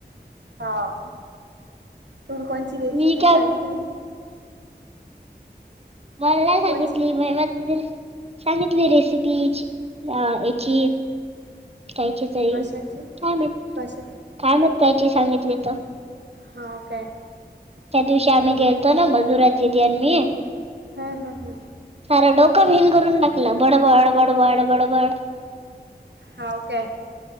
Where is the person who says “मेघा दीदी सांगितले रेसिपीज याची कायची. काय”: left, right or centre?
Right